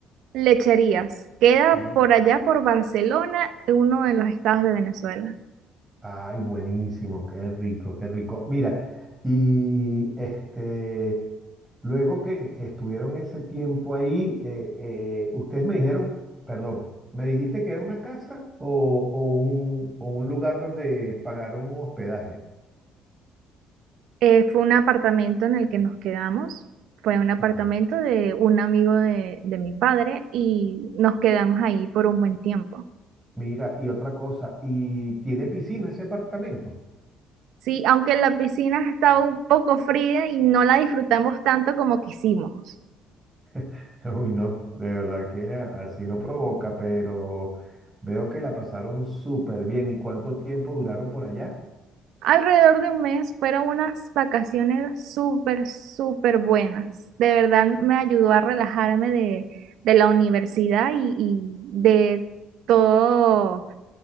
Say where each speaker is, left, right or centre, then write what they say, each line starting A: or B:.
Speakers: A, on the right; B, on the right.
A: Lecherías. Queda
B: L-
A: por allá por Barcelona, uno de los estados de Venezuela.
B: Ay, buenísimo, qué rico, qué rico. Mira, y este... Luego que, que estuvieron ese tiempo ahí, eh, eh, ustedes me dijeron, perdón, ¿me dijiste que era una casa o, o un, o un lugar donde pagaron un hospedaje?
A: Eh, fue un apartamento en el que nos quedamos. Fue un apartamento
B: Ajá.
A: de un amigo de, de mi padre y nos quedamos ahí por un buen tiempo.
B: Mira, y otra cosa, ¿y tiene piscina ese apartamento?
A: Sí, aunque la piscina estaba un poco fría y no la disfrutamos tanto como quisimos.
B: <laughs> Uy, no, de verdad que a- así no provoca, pero veo que la pasaron súper bien. ¿Y cuánto tiempo duraron por allá?
A: Alrededor de un mes fueron unas vacaciones súper, súper buenas. De verdad me ayudó a relajarme de, de la universidad y, y de todo,